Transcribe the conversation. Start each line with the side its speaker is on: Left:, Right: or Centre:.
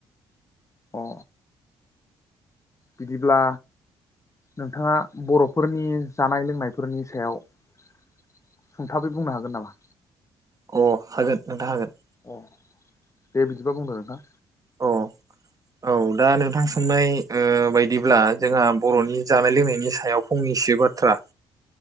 Left: अ बिदिब्ला नोंथांङा बर'फोरनि जानाय लोंनायफोरनि सायाव सुंथाबै बुंनो हागोन नामा?
Right: अ हागोन नोंथां हागोन
Left: अ दे बिदिबा बुंदो नोंथां
Right: अ औ दा नोंथां सोंनाय ओ बायदिब्ला जोंहा बर'नि जानाय लोंनायनि सायाव फंनैसो बाथ्रा